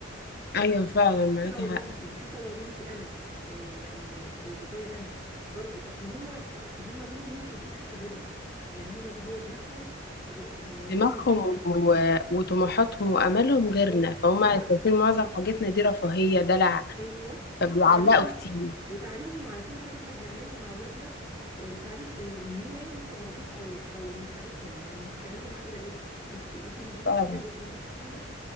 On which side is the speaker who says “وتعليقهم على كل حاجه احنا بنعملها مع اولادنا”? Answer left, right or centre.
Right